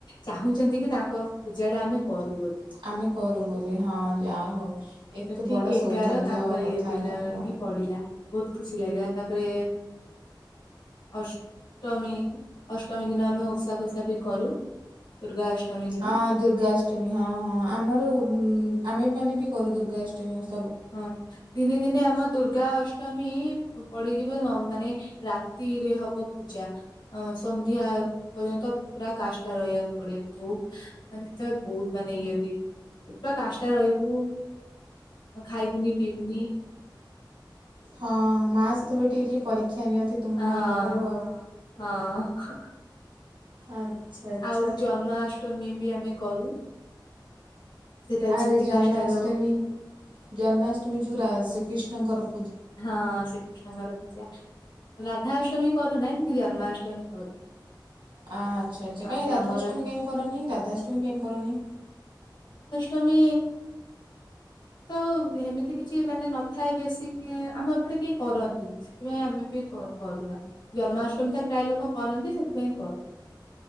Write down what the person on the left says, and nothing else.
ଚାହୁଁଛନ୍ତି କି ତାଙ୍କ ପୂଜା ଟା ଆମେ କରୁ ବୋଲିନ।
ଠିକ
ଏଗାର
ତାଙ୍କରି
ହିଁ ପଡିଲା ବହୁତ ଖୁସି ଲାଗା ତାପରେ ଅଷ୍ଟମୀ ଅଷ୍ଟମୀ ଦିନ ଆମେ ଓଷା ଫୋଷା ବି କରୁ। ଦୁର୍ଗା ଅଷ୍ଟମୀ ଦିନ
ହଁ ଦିନେ ଦିନେ ଆମ ଦୁର୍ଗା ଅଷ୍ଟମୀ ପଡିଯିବ ମାନେ ମାନେ ରାତିରେ ହବ ପୂଜା ସନ୍ଧ୍ୟା ପର୍ଯ୍ୟନ୍ତ ପୁରା କାଷ୍ଟା ରହିବାକୁ ପଡେ ବହୁତ ମେ ସେତେବେଳେ ବହୁତ ମାନେ ଇଏ ହୁଏ ପୁରା କାଷ୍ଟା ରହିବୁ ଖାଇଗୁନି ପିଗୁନି।
ହଁ
ହଁ।
ଆଉ ଜନ୍ମାଷ୍ଟମୀ ବି ଆମେ କରୁ। ସେଟା ବି
ସେମିତି
କାଷ୍ଟା ରହୁ
ହଁ ଶ୍ରୀକୃଷ୍ଣଙ୍କର ପୂଜା ରାଧାଷ୍ଟମୀ କରୁନା କିନ୍ତୁ ଜନ୍ମାଷ୍ଟମୀ କରୁ
ଆଉ ତ
ଆମର
ତମେ ତ ଏମିତି କିଛି ମାନେ ନଥାଏ ବେଶୀ ଆମ ଏପଟେ କେହି କରନ୍ତିନି ସେଥିପାଇଁ ଆମେ ବି କରୁନା ଜନ୍ମାଷ୍ଟମୀ ତ ପ୍ରାୟ ଲୋକ କରନ୍ତି ସେଥିପାଇଁ କରୁ?